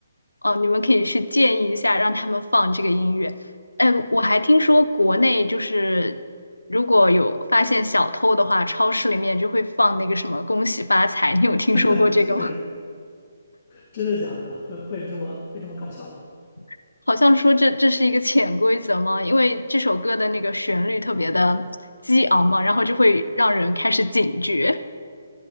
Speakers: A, on the left; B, on the left.
A: 哦，你们可以去建议一下，让他们放这个音乐。哎，我还听说国内就是如果有发现小偷的话，超市里面就会放那个什么“恭喜发财”，你有听说过这个吗？
B: <laughs> 是为什么？真的假的？会会有这么会这么搞笑吗？
A: <laughs> 好像说这这是一个潜规则吗？因为这首歌的那个旋律特别的激昂嘛，然后就会让人开始警觉。